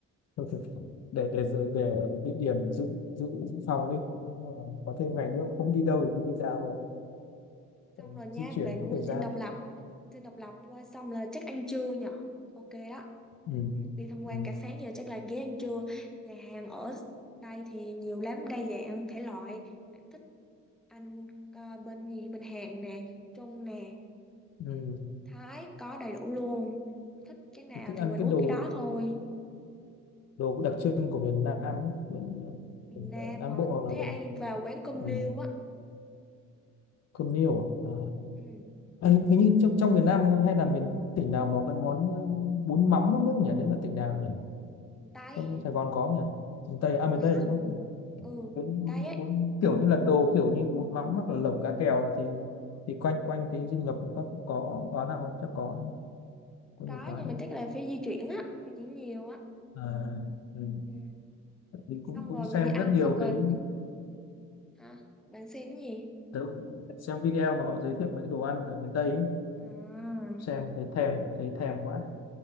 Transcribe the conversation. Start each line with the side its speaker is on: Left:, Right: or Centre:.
Left: <laughs> để để dự- để địa điểm dự dự dự phòng đi Đúng là có thêm ngày
Centre: Ừ.
Left: nữa mà không biết đi đâu thì đi địa đạo rồi
Centre: Xong
Left: Ừ,
Centre: rồi nha,
Left: di chuyển
Centre: bạn
Left: mất
Centre: qua
Left: thời gian
Centre: dinh độc lập, dinh độc lập qua xong là chắc ăn trưa nhở. Ok đó,
Left: ừ.
Centre: đi tham quan
Left: Ừ.
Centre: cả sáng giờ chắc là ghé ăn trưa. Nhà hàng ở đây thì nhiều lắm, đa dạng thể loại. Bạn thích ăn ờ, bên gì? Bên Hàn nè, Trung nè,
Left: Ừ.
Centre: Thái có đầy đủ luôn. Thích cái nào
Left: Tôi thích
Centre: thì
Left: ăn
Centre: mình
Left: cái
Centre: uống
Left: đồ
Centre: cái đó thôi.
Left: đồ đặc trưng của miền Nam ấy, miền,
Centre: Miền
Left: miền
Centre: Nam
Left: ờ, Nam
Centre: hả?
Left: Bộ hoặc
Centre: Thế
Left: là
Centre: ai
Left: đồ
Centre: vào quán cơm
Left: ừ,
Centre: niêu á.
Left: cơm niêu à,
Centre: Ừ,
Left: à ấy, hình như trong trong miền Nam hay là miền tỉnh nào mà có cái món ờ, bún mắm không biết nhỉ đấy là tỉnh nào nhỉ
Centre: miền Tây.
Left: trong, trong Sài Gòn có không nhỉ miền Tây à miền
Centre: Có.
Left: Tây đúng không
Centre: Ừ,
Left: Ừ.
Centre: miền
Left: bún
Centre: Tây ấy.
Left: bún kiểu như là đồ kiểu như bún mắm hoặc là lẩu cá kèo là thì thì quanh quanh cái dinh Ngập nó có có quán nào không chắc có có
Centre: Có
Left: nhiều quán
Centre: nhưng
Left: đúng
Centre: mà
Left: không
Centre: chắc là phải di chuyển á, di chuyển nhiều á.
Left: à, ừ.
Centre: Ừ.
Left: mình cũng
Centre: xong
Left: cũng
Centre: rồi
Left: xem
Centre: mình đi ăn
Left: rất nhiều
Centre: xong rồi
Left: cái
Centre: hả bạn xem cái gì
Left: tớ xem video mà họ giới thiệu mấy cái đồ ăn ở miền Tây ấy,
Centre: à
Left: xem thấy thèm thấy thèm quá